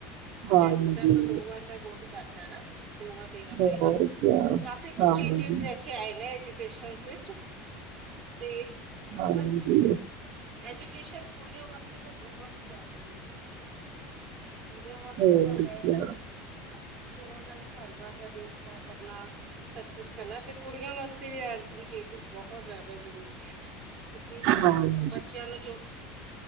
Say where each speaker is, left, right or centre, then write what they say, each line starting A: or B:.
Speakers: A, on the right; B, on the right.
A: ਹਾਂਜੀ
B: ਟੈਂਥ ਦਾ ਆਪਾਂ ਦੋ ਵਾਰ ਦਾ ਬੋਰਡ ਕਰਤਾ ਏ ਹਣਾ ਦੋ ਵਾਰ ਦੇਣਾ
A: ਹੋਰ
B: ਪਏਗਾ।
A: ਕੀ
B: ਕਾਫੀ ਕੁਛ
A: ਹਾਂਜੀ
B: ਚੇਂਜਿਸ ਲੈ ਕੇ ਆਏ ਨੇ ਟੇਸ਼ਨਸ ਵਿੱਚ ਤੇ
A: ਹਾਂਜੀ
B: <unintelligible> ਐਜੂਕੇਸ਼ਨ ਕੁੜੀਆਂ ਵਾਸਤੇ ਤਾਂ ਬਹੁਤ ਜ਼ਿਆਦਾ ਮਿਲੀ ਏ। ਮੂੰਡਿਆ ਵਾਸਤੇ
A: ਹੋਰ
B: ਤਾਂ ਹੈ
A: ਕੀ
B: ਹੀ। ਤੇ ਉਹਨਾਂ ਨੇ ਘਰ ਬਾਰ ਦਾ ਦੇਖਣਾ ਕਰਨਾ। ਸਭ ਕੁਛ ਕਰਨਾ ਤੇ ਕੁੜੀਆਂ ਵਾਸਤੇ ਵੀ ਅੱਜ ਦੀ ਖੇਤੀ ਬਹੁਤ ਜ਼ਿਆਦਾ ਜ਼ਰੂਰੀ ਐ। <unintelligible> ਕਿਸ?
A: ਹਾਂ।
B: ਬੱਚਿਆਂ ਨੂੰ ਜੋ